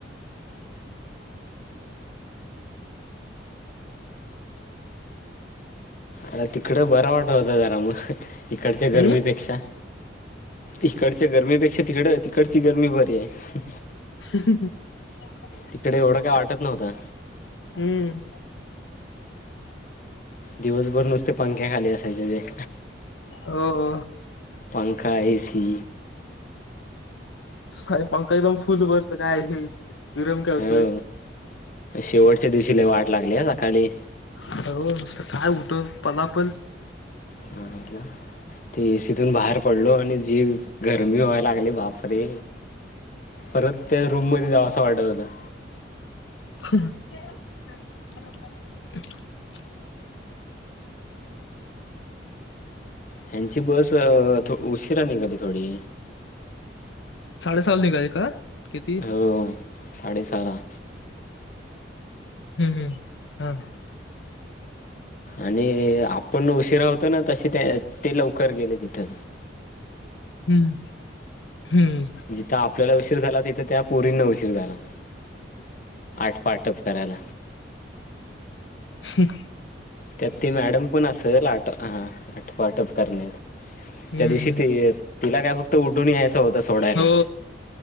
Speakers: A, on the left; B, on the left.
A: अर तिकडं बरं वाटत होतं जरा पण ह. इकडच्या
B: हम्म
A: गरमीपेक्षा इकडच्या गर्मीपेक्षा तिकड तिकडची गर्मी बरी आहे.
B: ह् ह ह.
A: तिकडे एवढं काय वाटत नव्हतं.
B: हम्म.
A: दिवसभर नुसते पंख्या खाली असायचे ते.
B: हो हो.
A: पंखा, ए सी.
B: फय. मग का एकदम फूठ भरत काय हे. घरून करतोय.
A: हो शेवटच्या दिवशीला वाट लागली सकाळी
B: हो नुसत काय उठ मलापण
A: हा हला ते एसीतून बाहेर पडलो आणि जी गरमी व्हाय लागली बापरे परत त्या रूममध्येध्ये जावं असं वाटत होता.
B: हा
A: ह्यांची बस उशिरा निघाली. थोडी
B: साडे सल निघाले का किती
A: हो साडे सारा
B: हम्म हम्म हा
A: आणि आपण उशिरा होतो. ना तसे ते ते लवकर गेले. तिथं
B: हम्म हम्म
A: जिथ आपल्याला उशीर झाला. त त्या पोरीना उशीर झाला. आठपाटप करायला.
B: श
A: त्यात ते मॅडम पण असं लाट हा आटपटप करण्यात
B: हम्म
A: त्या दिवशी त तिला काय फक्त उठून यायचं होत सोडायला.
B: हो